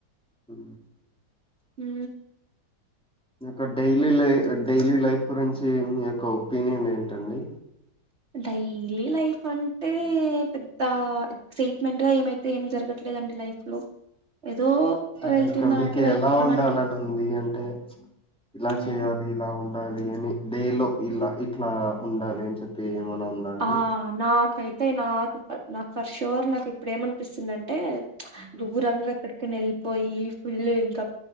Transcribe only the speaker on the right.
హు
డైలీ లైఫ్ అంటే పెద్ద ఎక్సైట్మెంట్ గా ఏమైతే ఏం జరగట్లేదండి లైఫ్ లో ఏదో
వెళ్తున్నానంటే
వెళ్తున్నానట్టు
మ్మ్
ఆ నాఖైత్ తే నాక్ ఫర్ నాకు ఫర్ షోర్ నాకు ఇప్పుడు ఏమనిపిస్తుంది అంటే దూరంగ ఎక్కడికి వెళ్ళిపోయి ఫుల్ ఇంకా